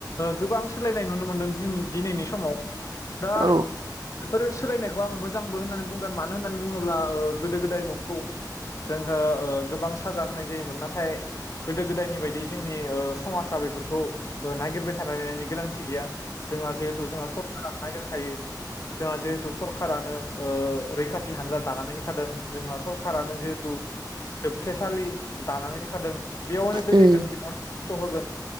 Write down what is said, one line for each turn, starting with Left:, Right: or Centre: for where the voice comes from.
Left: गोबां सोलायनाय नुनो मोनदों दिनैनि सम समाव दा
Right: औ उम
Left: बेफोर सोलायनायखौ आं मोजांबो होननानै बुंगोन मानो होननानै बुंङोब्ला गोदो गोदाय नंखौ जोंङो गोबां साजा होनाय जायोमोन नाथाय गोदो गोदायनि बायदि जोंनि समाजा बेफोरखौ नागिरबाय थालायनायनि गोनांथि गैया जोंहा जिहेथु जोंहा सरखारा नागिरो खायो जोंहा जिहेथु सरखारानो रैखाथि हान्जा दानानै होखादों जोंहा सरखारानो जिहेथु जोबथेसालि दानानै दोनखादों बेयावनो
Right: उम
Left: दोनैगोन बिथां खस्थ होगोन